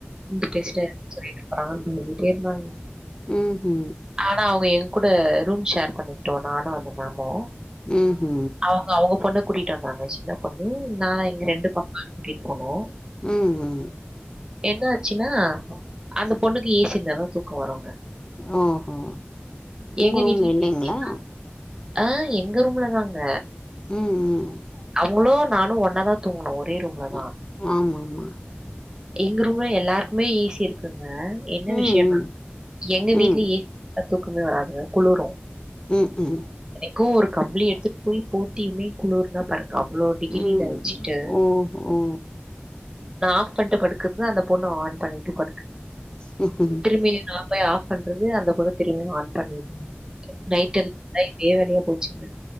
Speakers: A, on the right; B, on the left.
A: இந்த பேசிட்டே சொல்லிட்டே போறாங்கன்னு போயிட்டே இருந்தாங்க
B: ம் ஹு
A: ஆனா அவங்க எங்க கூட ரூம் ஷேர் பண்ணிட்டோ நானு அந்த மேம்மோ
B: ம் ஹூ
A: அவங்க அவங்க பொண்ண கூட்டிட்டு வந்தாங்க சி ன்ன பண்ணு நா எங்க ரெண்டு பாப்பாவையு கூட்டிட்டு போனோ
B: ம் ம்
A: என்ன ஆச்சின்னா அந்த பொண்ணுக்கு ஏசி இருந்தாத தூக்கோ வருங்க
B: ஓஹோ உங்க
A: எங்க
B: ரூம்ல
A: வீட்லேயு
B: இல்லைங்களா
A: ஏ சி <inaudible> அ எங்க ரூம்ல தாங்க
B: ம் ம்
A: அவங்களு நானு ஒன்னாதா தூங்ணோ ஒரே ரூம்ல தா
B: அ ஆமாமா
A: எங்க ரூம்ல எல்லார்க்குமே ஏ சி இருக்குங்க என்ன
B: ம்
A: விஷயனா
B: ம்
A: எங்க
B: ம்
A: வீட்ல ஏ சி இருந்தா தூக்குமே வராதுங்க குளுறு
B: ம் ம்
A: எனக்கு ஒரு கம்ப்ளி எடுத்துட்டு போய் போட்டியுமே குளிர்னா பாருங்க அவ்ளோ டிகிரில
B: ம்
A: வச்சுட்டு,
B: ஓஹோ
A: நா ஆஃப் பண்ட்டு படுக்குறது அந்த பொண்ணு ஆன் பண்ட்டு படுக்க
B: ம்
A: திரும்பி நா போய் ஆஃப் பண்றது அந்த பொண்ணு திரும்பி ஆன் பண்ணிடு நைட் எல் நைட் இதே வேலையா போச்சுங்க